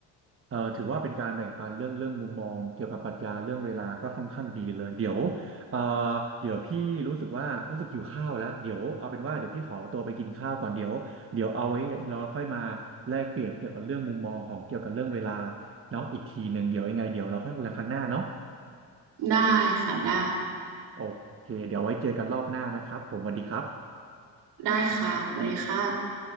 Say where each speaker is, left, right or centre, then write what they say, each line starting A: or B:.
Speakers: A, on the right; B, on the right.
A: เอ่อถือว่าเป็นการแบ่งปันเรื่องเรื่องมุมมองเกี่ยวกับปรัชญาเรื่องเวลาก็ค่อนข้างดีเลยเดี๋ยวเอ่อเดี๋ยวพี่รู้สึกว่ารู้สึกหิวข้าวแล้วเดี๋ยวเอาเป็นว่าเดี๋ยวพี่ขอตัวไปกินข้าวก่อนเดี๋ยวเดี๋ยวเอาไว้เราค่อยมาแลกเปลี่ยนเกี่ยวกับเรื่องมุมมองของเกี่ยวกับเรื่องเวลาเนาะอีกทีหนึ่งเดี๋ยวยังไงเดี๋ยวเราค่อยคุยกันครั้งหน้าเนาะ
B: ได้ค่ะได้
A: โอเคเดี๋ยวไว้เจอกันรอบหน้านะครับผมสวัสดีครับ
B: ได้ค่ะสวัสดีค่ะ